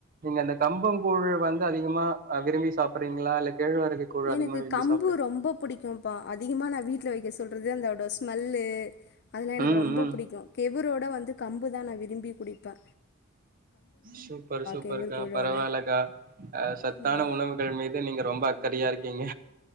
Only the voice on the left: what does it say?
எனக்கு
கம்பு
ரொம்ப புடிக்கு பா அதிகமா நா வீ ட்ல வெக்க சொல்றது அந்த அதோட ஸ்மெல்லு அதுனா எனக்கு
ரொம்ப
புடிக்கு கே இவுரோட வந்து கம்பு தா நா விரும்பி குடிப்ப
கெவுரு கூழோட
நல்லா